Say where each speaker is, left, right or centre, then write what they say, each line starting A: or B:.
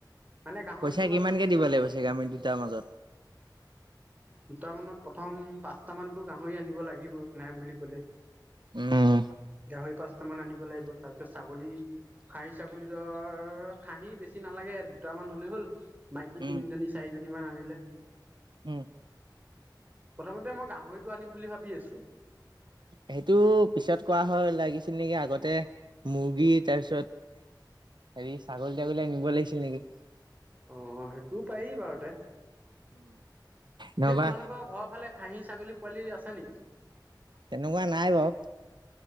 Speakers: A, on the right; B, on the right.
A: মানে গাহৰিটো
B: পইচা
A: তোমাৰ
B: কিমান
A: পুহিলে
B: কে দিব লাগিব চাগে আমি দুটাৰ মাজত।
A: দুটামানত প্ৰথম পাঁচট মানতো গাহৰি আনিব লাগিব নাই বুলি কলে-
B: উম
A: গাহৰি পাঁচট মান আনিব লাগিব তাৰ পিছত ছাগলী- খাহী ছাগলীটোৰ আও খাহী বেছি নালাগে দুটামান হলেই হ'ল- মাইকী
B: উম,
A: তিনিজনী চাৰিজনী মান আনিলে-।
B: উমঁ!
A: প্ৰথমতে মই গাহৰিটো আনিম বুলি ভাবি আছোঁ।
B: সেইটো পিছত কোৱা হয় লাগিছে নেকি আগতে মুৰ্গী তাৰপিছত- হেৰি ছাগলী তাগলীয়ে আনিব লাগিছিল নেকি?
A: অঁ সেইটোও পাৰী বাৰতে
B: নহবা
A: যে তোমালোক- আপোনাৰ ঘৰ ফালে খাহি ছাগলী পোৱালি আছে‌ নেকি?
B: তেনেকুৱা নাই বাৰ-